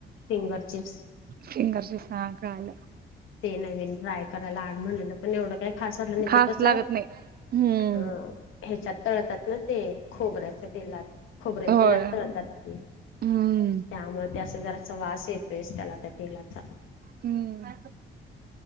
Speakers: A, on the left; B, on the right.
A: फिंगर चिप्स
B: फिंगरचे सां काय.
A: ते नवीन ट्राय करायला आण, म्हणलेलं पण एवढं. काय खास वाटलं नाही,
B: खास
A: ते कस
B: लागत
A: ह.
B: नाही. हम्म
A: हेच्यात तळतात ना, ते खोबऱ्याच्या तेलात. खोबरेल
B: होय
A: तेलात तळतात ते,
B: हम्म
A: त्यामुळे ते असं जराचा वास येतोयस, त्याला त्या तेलाचा.
B: हम्म.